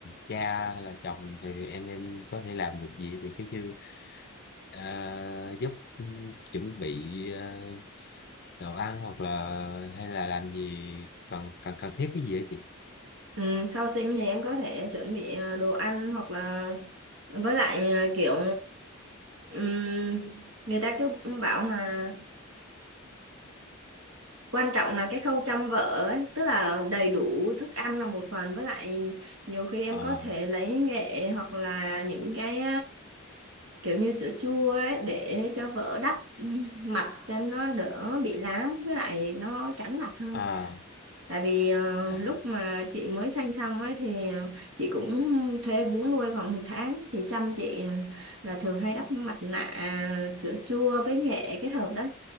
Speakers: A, on the left; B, on the right.
A: cha hay là chồng thì em em có thể làm được gì thì cứ như ờ, giúp ừ, chuẩn bị ờ, đồ ăn hoặc là hay là làm gì cần cần cần thiết cái gì đó chị
B: ừ, sau sinh thì em có thể chuẩn bị ờ, đồ ăn hoặc là với lại ờ, kiểu ừm, người ta cứ bảo là quan trọng là cái khâu chăm vợ ấy tức là đầy đủ thức ăn là một phần với lại nhiều khi em
A: ờ
B: có thể lấy nghệ hoặc là những cái kiểu như sữa chua ấy để cho vỡ đắp ừm, mặt cho nó đỡ bị lám với lại nó trắng mặt hơn
A: à
B: tại vì ờ,
A: à
B: lúc mà chị mới sanh xong ấy thì ờ, chị cũng thuê vú nuôi khoảng một tháng thì chăm chị ờ, là thường hay đắp mặt nạ sữa chua với nghệ kết hợp đấy